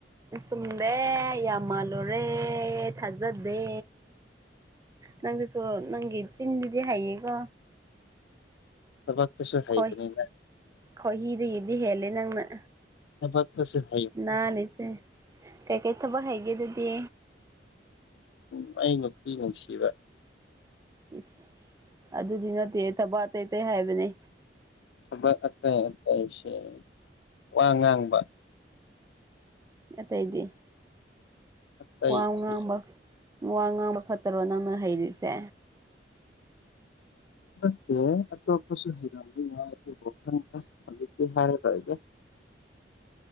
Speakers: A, on the right; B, on the left.
A: ꯆꯨꯝꯃꯦ ꯌꯥꯝ ꯃꯥꯜꯂꯨꯔꯦ ꯊꯥꯖꯗꯦ ꯅꯪꯗꯨꯁꯨ ꯅꯪꯒꯤ ꯆꯤꯟꯁꯤꯗꯤ ꯍꯩꯌꯦꯀꯣ
B: ꯊꯕꯛꯇꯁꯨꯨ ꯍꯥꯩꯕꯅꯤꯅꯦ
A: ꯈꯣꯏ ꯈꯣꯏꯍꯤꯗꯒꯤꯗꯤ ꯍꯦꯜꯂꯦ ꯅꯪꯅ
B: <unintelligible>
A: ꯅꯥꯜꯂꯤꯆꯦ ꯀꯩꯀꯩ ꯊꯕꯛ ꯍꯩꯒꯦ ꯑꯗꯨꯗꯤ
B: ꯎ ꯑꯩ ꯅꯨꯄꯤ ꯅꯨꯡꯁꯤꯕ
A: ꯏꯁ ꯑꯗꯨꯗꯤ ꯅꯠꯇꯦ ꯊꯕꯛ ꯑꯇꯩ ꯑꯇꯩ ꯍꯥꯏꯕꯅꯦ
B: ꯊꯕꯛ ꯑꯇꯩ ꯑꯇꯩꯁꯦ ꯋꯥ ꯉꯥꯡꯕ
A: ꯑꯇꯩꯗꯤ
B: ꯑꯇꯩꯁꯦ
A: ꯋꯥ ꯉꯥꯡꯕ ꯋꯥ ꯉꯥꯡꯕ ꯐꯠꯇꯔꯣ ꯅꯪꯅ ꯍꯩꯔꯤꯁꯦ
B: ꯅꯠꯇꯦ ꯑꯇꯣꯞꯄꯁꯨ ꯍꯩꯔꯝꯕ ꯌꯥꯏ ꯑꯗꯨꯕꯨ ꯈꯪꯗꯦ ꯍꯧꯖꯤꯛꯇꯤ ꯍꯥꯏꯔꯔꯣꯏꯒꯦ